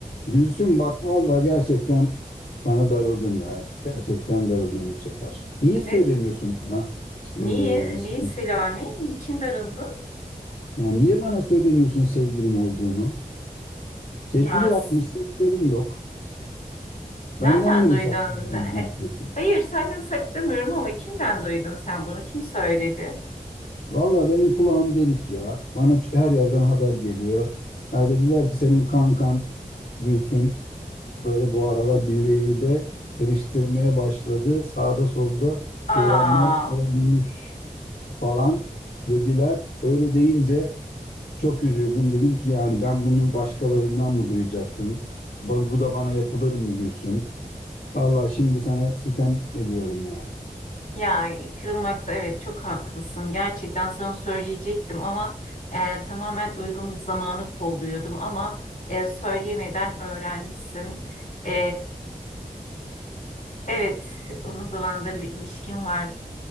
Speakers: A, on the left; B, on the left.
A: Gülsüm bak vallahi gerçekten sana darıldım ya. Gerçekten darıldım bu sefer. Niye söylemiyorsun
B: Ne,
A: bana? e,
B: niye?
A: sevgilin-
B: Niye Selami? Niçin darıldın?
A: yani niye bana söylemiyorsun sevgilin olduğunu? Sevgili
B: Yaz.
A: yapmışsın, haberim yok.
B: Nereden
A: Benden de mi
B: duydun?
A: saklıyorsun?
B: E,
A: diyorsun?
B: Hayır, senden saklamıyorum ama kimden duydun sen bunu? Kim söyledi?
A: Vallahi benim kulağım delik ya. Bana ç- her yerden haber geliyor. Ha dediler ki senin kankan Gülsüm böyle bu aralar birileriyle karıştırmaya başladı. Sağda solda
B: Aa,
A: görenler olmuş falan dediler. Öyle deyince çok üzüldüm. Dedim ki yani ben bunu başkalarından mı duyacaktım? Ba- Bu da bana yapılır mı Gülsüm? Allah şimdi sana sitem ediyorum yani.
B: <laughs> ya kırılmakta evet çok haklısın. Gerçekten sana söyleyecektim ama e, tamamen uygun bir zamanı kolluyordum ama e, söyleyemeden öğrenmişsin. E, evet, uzun zamandır bir ilişkim var.